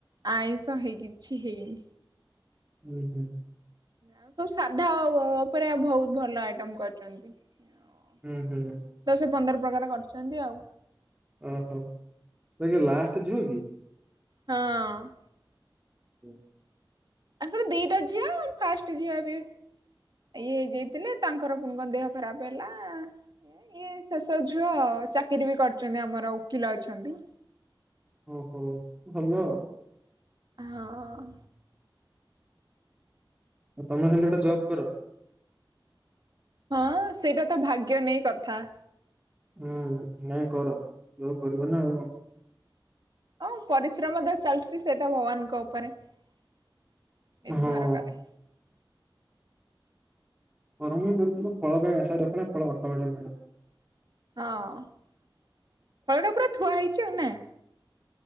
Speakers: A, on the right (about 55°); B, on the right (about 15°).
A: ଆଇଁଷ ହେଇକି କିଛି ହେଇନି।
B: ହୁଁ ହୁଁ।
A: ଆଉ ସବୁ ସାଧା ଓ ଓପରେ ବହୁତ ଭଲ ଆଇଟମ କରିଛନ୍ତି। <unintelligible>
B: ହୁଁ ହୁଁ।
A: ଦଶ ପନ୍ଦର ପ୍ରକାର କରିଛନ୍ତି ଆଉ।
B: ଓହୋ ଇଏ ଲାଷ୍ଟ ଝୀଅ କି?
A: ହ ଅଁ।
B: ହୁଁ।
A: ତାଙ୍କର ଦିଟା ଝୀଅ ଫାଷ୍ଟ ଝିଅ ଏବେ ଇଏ ହେଇଯାଇଥିଲେ ତାଙ୍କର ପୁଣି କଣ ଦେହ ଖରାପ ହେଲା। ଇଏ ଶେଷ ଝୁଅ ଚାକିରି ବି କରିଛନ୍ତି ଆମର ଓକିଲ ଅଛନ୍ତି।
B: ଓହୋ ଭଲ।
A: ହ ଅଁ।
B: ତମେ ସେମିତି ଗୋଟେ ଜବ୍ କର।
A: ହଁ ସେଇଟା ତ ଭାଗ୍ୟ ନେଇ କଥା।
B: ହୁଁ ନାଇଁ କର ଯୋଉ କରିବ ନା ଆଉ।
A: ହଁ ପରିଶ୍ରମ ତ ଚାଲିଛି। ସେଟା ଭଗବାନଙ୍କ ଉପରେ ନିର୍ଭର
B: ହଁ
A: କରେ।
B: କରମ କରୁଥିବା ଫଳ ପାଇଁ ଆଶା ରଖ ନା ଫଳ ଅଟୋମେଟିକ୍ ମିଳିବ।
A: ହଁ ଫଳ ଟା ପୁରା ଥୁଆ ହୋଇଛି ଆଉ ନା।